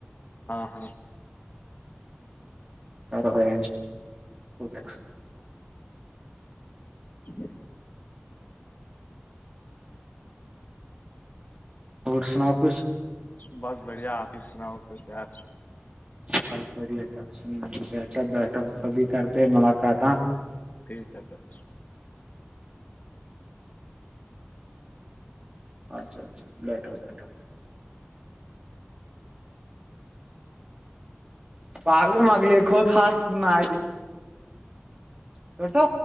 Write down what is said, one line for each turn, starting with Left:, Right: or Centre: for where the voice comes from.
Left: ہاں ہاں
Right: سرو ہے کیا
Left: ٹھ
Right: اور سنا کچھ
Left: بس بڑھیا آپ ہی سناؤ پ یار
Right: بس بڑھیا تھا بیھا بیٹھا سبھی کرتے ملاقات ہاں
Left: تی س ہے س
Right: اچھا اچھا بیٹھو بیٹھو پگو مگلی خوود خاص بج کرڑ تو